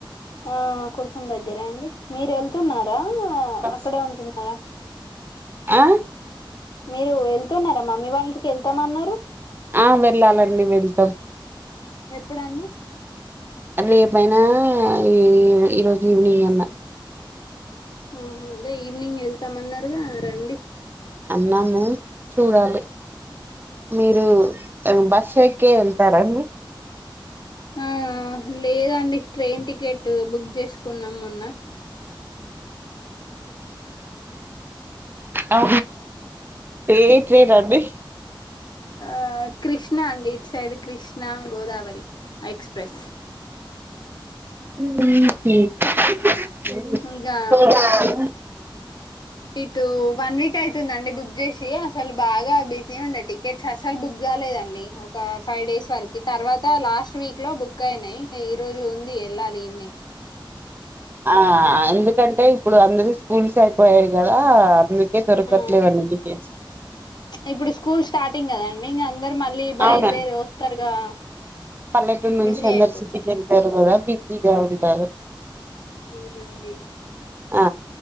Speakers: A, on the left (about 55°); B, on the right (about 25°).
A: ఆ కొంచెం దగ్గరే అండి మీరు వెళ్తున్నారా
B: బస్
A: అక్కడే ఉంటున్నారా.
B: ఆ.
A: మీరు వెళ్తున్నారా మమ్మీ వాళ్ ఇంటికి ఎళ్తాం అన్నారు.
B: ఆ వెళ్ళాలండి వెళ్తాం.
A: ఎప్పుడండి.
B: రేపైనా ఈ ఈరోజు ఈవినింగ్ అన్న.
A: ఆహా అదే ఈవినింగ్ వెళ్తామ అన్నారుగా రండి.
B: అన్నాము చూడాలి. మీరు బస్ ఎక్కే ఎళ్తారాండి.
A: ఆ లేదండి ట్రైన్ టికెట్ బుక్ చేసుకున్నాం మొన్న.
B: ఆ ఏ ట్రైన్ అండి.
A: ఆ కృష్ణ అండి it side Krishna Godavari express.
B: ఉహు.
A: ఇంకా ఇటు వన్ వీక్ అయితుందండి బుక్ చేసి అసలు బాగా బిజీ ఉండే టికెట్. ససల్ బుక్ కాలేదండి ఒక ఫైవ్ డేస్ వరకు తర్వాత లాస్ట్ వీక్ లో బుక్ అయినాయి. ఈ రోజు ఉంది ఎళ్ళాలి ఈవినింగ్.
B: ఆ ఎందుకంటే ఇప్పుడు అందరూ స్కూల్స్ అయిపోయాయి కదా అందుకే దొరకట్లేదు
A: ఆ
B: అందుకే.
A: ఇప్పుడు స్కూల్ స్టార్టింగ్ కదండి ఇంగ అందరు మళ్ళీ బయలుదేరి
B: అవునా
A: వస్తారుగా.
B: పల్లెటూరు నుంచి
A: బిజీ
B: అందరూ
A: అయిపోతది
B: సిటీకి ఎళ్తారు కదా బిజీగా ఉంటారు.
A: అవునండి.
B: ఆ